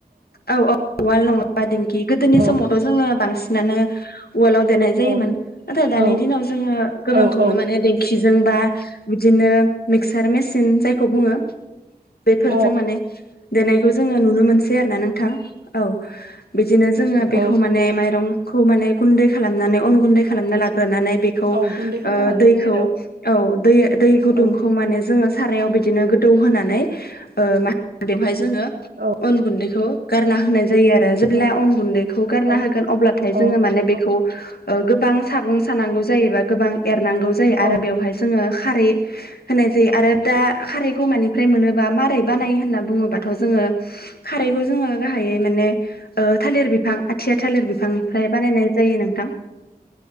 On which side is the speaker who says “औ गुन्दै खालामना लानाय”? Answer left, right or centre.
Right